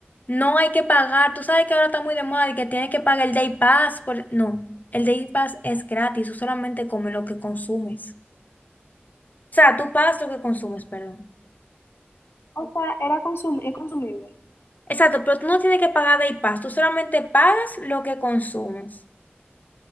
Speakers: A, on the left (about 45°); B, on the left (about 75°).
A: no hay que pagar. Tú sabes que ahora está muy de moda y que tienes que pagar el Day Pass. Por... No, el Day Pass es gratis, tú solamente comes lo que consumes. O sea, tú pagas lo que consumes, perdón.
B: O sea, era consum es consumible.
A: Exacto, pero tú no tienes que pagar Day Pass, tú solamente pagas lo que consumes.